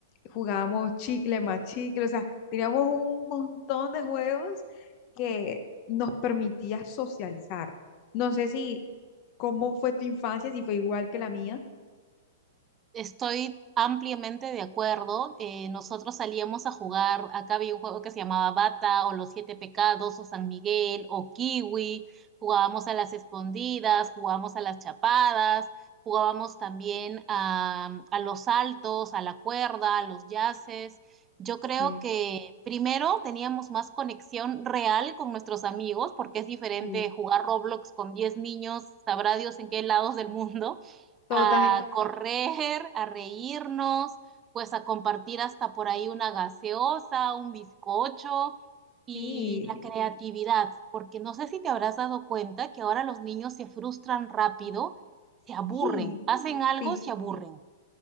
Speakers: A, on the left; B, on the right.
A: jugábamos chicle más chicle, o sea, teníamos un montón de juegos que nos permitía socializar. No sé si cómo fue tu infancia, si fue igual que la mía.
B: Estoy ampliamente de acuerdo. Eh, nosotros salíamos a jugar, acá había un juego que se llamaba Bata o Los Siete Pecados o San Miguel o Kiwi, jugábamos a las escondidas, jugábamos a las chapadas, jugábamos también a, a los saltos, a la cuerda, a los yaces. Yo creo
A: Sí,
B: que primero teníamos más conexión real con nuestros amigos porque es diferente
A: Sí,
B: jugar Roblox con 10 niños, sabrá Dios en qué lados del mundo
A: total,
B: a
A: <laughs>
B: correr, a reírnos, pues a compartir hasta por ahí una gaseosa, un bizcocho y
A: sí,
B: la creatividad, porque no sé si te habrás dado cuenta que ahora los niños se frustran rápido, se aburren,
A: sí,
B: hacen algo,
A: sí,
B: se aburren.